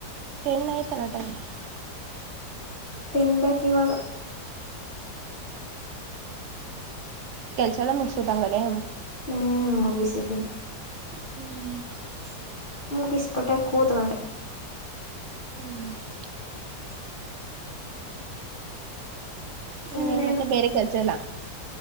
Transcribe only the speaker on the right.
ಟೆನ್ ಆಯತ ನೋ ಟ
ಕೆಲಸಲ್ಲ ಮುಷ್ಟತ ಅ ಕಡೆ
ಹ್ಮ್
ಹ್ಮ ಹ್ಮ
ಏನ್ ಮತ್ತೆ ಬೇರೆ ಕೆಲಸ ಎಲ್ಲ